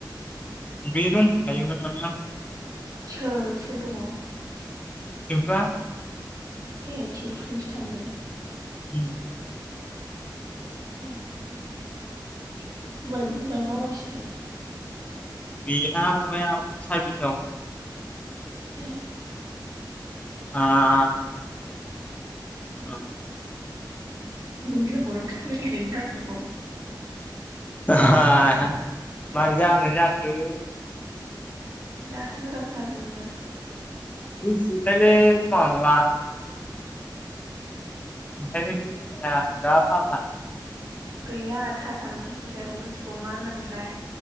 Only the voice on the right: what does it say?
सोर सोर दङ।
ए थिमपुजोंसो थांदों।
<inaudible> होनोमबालाय बिबो बाहायनो मावगासिनो
ए
<inaudible>
दासो मोजां खोनादोंमोनां
गैया थासानो कमप्लिट जायाखै मिथिगौ मा होनोमोनलाय